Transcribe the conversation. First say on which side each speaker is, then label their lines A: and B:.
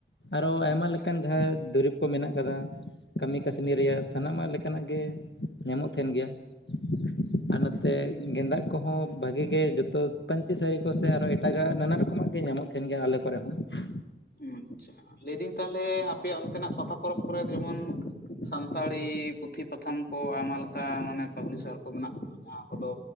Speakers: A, on the left; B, on the left.
A: ᱟᱨᱦᱚᱸ ᱟᱭᱢᱟ
B: ᱟᱪᱪᱷᱟ
A: ᱞᱮᱠᱟᱱ ᱡᱟᱦᱟᱸᱭ ᱫᱩᱨᱤᱵᱽ ᱠᱚ ᱢᱮᱱᱟᱜ ᱟᱠᱟᱫᱟ ᱠᱟᱹᱢᱤ ᱠᱟᱹᱥᱱᱤ ᱨᱮᱭᱟᱜ ᱥᱟᱱᱟᱢᱟᱜ ᱞᱮᱠᱟᱱᱟᱜ ᱜᱮ ᱧᱟᱢᱚᱜ ᱛᱟᱦᱮᱱ ᱜᱮᱭᱟ ᱾ <inaudible> ᱟᱨ ᱱᱚᱛᱮ ᱜᱮᱸᱫᱟᱜ ᱠᱚᱦᱚᱸ ᱵᱷᱟᱹᱜᱤ ᱜᱮ ᱡᱚᱛᱚ ᱯᱟᱹᱧᱪᱤ ᱥᱟᱹᱲᱤ ᱠᱚᱥᱮ ᱟᱨᱦᱚᱸ ᱮᱴᱟᱜᱟᱜ ᱱᱟᱱᱟ ᱨᱚᱠᱚᱢᱟᱜ ᱜᱮ ᱧᱟᱢᱚᱜ ᱛᱟᱦᱮᱸᱱ ᱜᱮᱭᱟ ᱟᱞᱮ ᱠᱚᱨᱮ ᱦᱚᱸ ᱾
B: ᱟᱪᱪᱷᱟ ᱞᱟᱹᱭᱫᱟᱹᱧ ᱛᱟᱦᱟᱞᱮ ᱟᱯᱮᱭᱟᱜ ᱚᱱᱛᱮᱱᱟᱜ ᱯᱟᱛᱟ ᱯᱚᱨᱚᱵᱽ ᱠᱚᱨᱮ ᱡᱮᱢᱚᱱ ᱥᱟᱱᱛᱟᱲᱤ ᱯᱩᱛᱷᱤ ᱯᱟᱛᱷᱟᱢ ᱠᱚ ᱟᱭᱢᱟ ᱞᱮᱠᱟ ᱢᱟᱱᱮ ᱯᱟᱵᱽᱞᱤᱥᱚᱨ ᱠᱚ ᱢᱮᱱᱟᱜ ᱠᱚᱣᱟ ᱡᱟᱦᱟᱸ ᱠᱚᱫᱚ